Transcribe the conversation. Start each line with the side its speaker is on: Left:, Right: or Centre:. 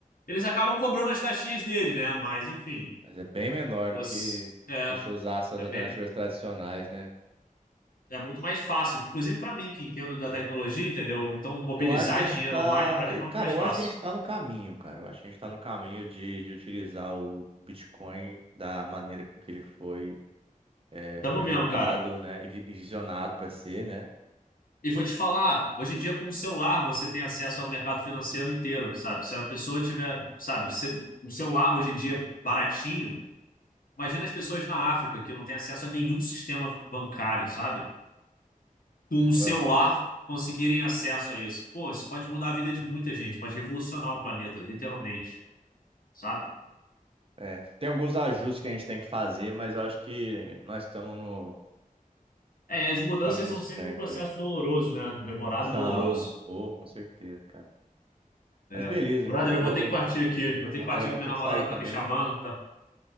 Left: Eles acabam cobrando as taxinhas dele, né? Mas, enfim.
Right: mas é bem menor
Left: Você...
Right: do que
Left: É.
Right: se você usasse as
Left: É
Right: alternativas
Left: bem.
Right: tradicionais, né?
Left: É muito mais fácil, inclusive para mim que entendo da tecnologia, entendeu? Então, mobilizar
Right: Eu acho que a
Left: dinheiro
Right: gente tá.
Left: online para mim fica muito
Right: Cara,
Left: mais
Right: eu
Left: fácil.
Right: acho que a gente tá no caminho, cara. Eu acho que a gente tá no caminho de, de utilizar o Bitcoin da maneira com que ele foi é,
Left: Tamo
Right: projetado,
Left: mesmo, cara.
Right: né? E vi- e visionado para ser, né?
Left: E vou te falar, hoje em dia com o celular você tem acesso ao mercado financeiro inteiro, sabe? Se a pessoa tiver, sabe, se- um celular hoje em dia baratinho, imagina as pessoas na África que não têm acesso a nenhum sistema bancário, sabe? com um celular
Right: Aham.
Left: conseguirem acesso a isso. Pô, isso pode mudar a vida de muita gente, pode revolucionar o planeta, literalmente, sabe?
Right: É, tem alguns ajustes que a gente tem que fazer, mas eu acho que nós estamos no,
Left: É, e as mudanças
Right: no caminho
Left: são
Right: certo
Left: sempre um processo
Right: aí.
Left: doloroso, né? Demorado
Right: São,
Left: e doloroso.
Right: oh, com certeza, cara.
Left: É.
Right: Mas beleza,
Left: Brother,
Right: cara. Vou.
Left: eu vou ter que partir aqui. Vou
Right: Aham.
Left: ter que partir
Right: É, eu vou
Left: que minha
Right: ter
Left: namorada
Right: que sair também.
Left: tá me chamando. Tá,